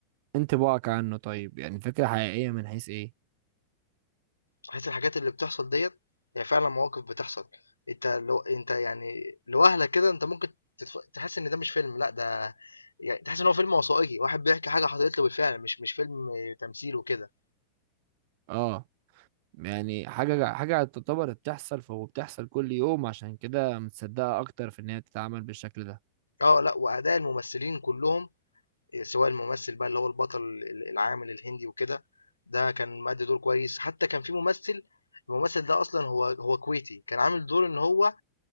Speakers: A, on the right; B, on the left.
A: انت بقى عنه طيب يعني فكره حقيقيه من حيث ايه
B: تحس الحاجات اللي بتحصل ديت هي فعلا مواقف بتحصل انت لو انت يعني لوهلة كده انت ممكن تتف... تحس ان ده مش فيلم لا ده يعني تحس ان هو فيلم وثائقي واحد بيحكي حاجة حصلت له بالفعل مش مش فيلم تمثيل وكده
A: اه يعني حاجه حاجه تعتبر بتحصل فهو بتحصل كل يوم عشان كده متصدقه اكتر في ان هي تتعمل بالشكل ده
B: اه لا وأداء الممثلين كلهم سواء الممثل بقى اللي هو البطل ال- العامل الهندي وكده ده كان مأدي دور كويس حتى كان في ممثل الممثل ده اصلا هو هو كويتي كان عامل دور ان هو